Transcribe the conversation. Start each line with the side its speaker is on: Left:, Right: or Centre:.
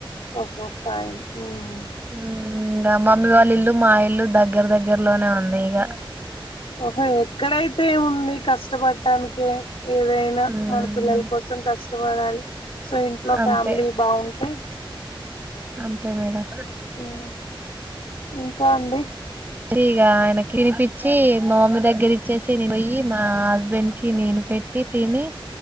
Left: ఓహో ఫైన్ ఉమ్.
Right: ఉమ్ గమ మమ్మి వాళ్ళ ఇల్లు మా ఇల్లు దగ్గర దగ్గరలోనే ఉంది ఇక
Left: ఓహో ఎక్కడైతే ఏముంది కష్టపడి చట్టటానికి ఏదైనా
Right: ఉమ్
Left: మన పిల్లల కోసం కష్టపడాలి సో ఇంట్లో
Right: అంతే
Left: ఫ్యామిలీ బాగుంటాయి
Right: అంతే మేడం
Left: ఓ ఇంకా అండి
Right: ఇగ ఆయనకి తినిపిచ్చి మా మమ్మీ దగ్గరి ఇచ్చేసి పోయి మా హస్బెండ్ కి నేను పెట్టి తిని